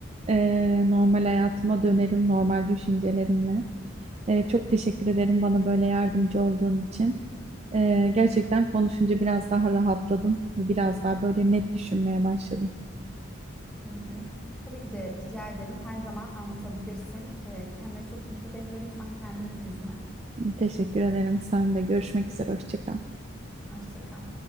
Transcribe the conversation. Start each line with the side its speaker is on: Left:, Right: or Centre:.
Right: e, normal hayatıma dönerim, normal düşüncelerimle. E, çok teşekkür ederim bana böyle yardımcı olduğun için. E, gerçekten konuşunca biraz daha rahatladım ve biraz daha böyle net düşünmeye başladım.
Centre: Hı hı. Tabii ki de rica ederim. Her zaman anlatabilirsin. Ee, kendine çok dikkat et ve lütfen kendini üzme.
Right: Teşekkür ederim. Sen de görüşmek üzere. Hoşça kal.
Centre: Hoşça kal.